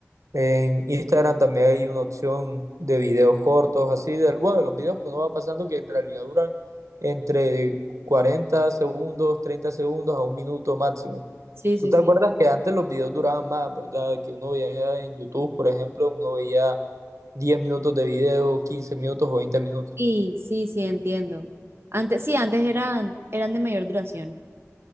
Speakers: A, on the right (about 85°); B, on the right (about 50°).
A: En Instagram también hay una opción de videos cortos, así de, bueno, de los videos que uno va pasando que en realidad duran entre 40 segundos, 30 segundos a un minuto máximo.
B: Sí, sí,
A: ¿Tú te
B: sí.
A: acuerdas que antes los videos duraban más, verdad? Que uno veía en YouTube, por ejemplo, uno veía 10 minutos de video, 15 minutos o veinte minutos.
B: Sí, sí, sí, entiendo. Antes, sí, antes eran, eran de mayor duración.